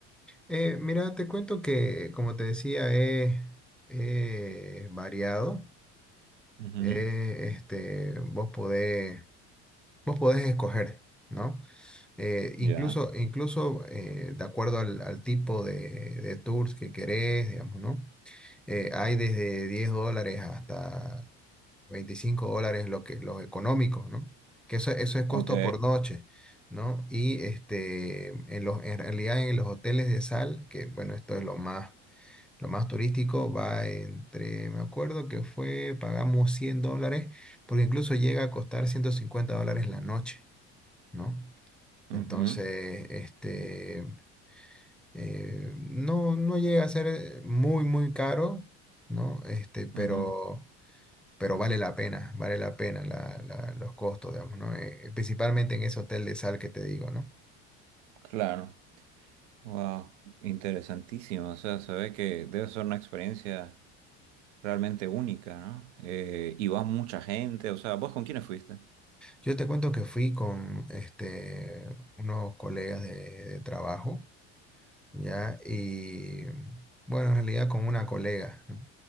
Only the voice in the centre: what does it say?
Eh, mira, te cuento que, como te decía, he he variado.
eh, este, vos podés, vos podés escoger, ¿no? Eh, incluso,
incluso eh, de acuerdo al, al tipo de, de tours que querés, digamos, ¿no? Eh, hay desde 10 dólares hasta 25 dólares lo que, los económicos, ¿no? Que eso, eso es costo
por noche, ¿no? Y este, en los, en realidad en los hoteles de sal, que bueno, esto es lo más lo más turístico va entre, me acuerdo que fue, pagamos 100 dólares, porque incluso llega a costar 150 dólares la noche, ¿no?
Entonces, este, eh, no, no llega a ser eh, muy, muy caro, ¿no? Este, pero,
pero vale la pena, vale la pena la- la- los costos, digamos, ¿no? Eh, eh, principalmente en ese hotel de sal que te digo, ¿no?
Yo te cuento que fui con, este, unos colegas de de trabajo. ¿ya? Y bueno, en realidad con una colega, ¿no?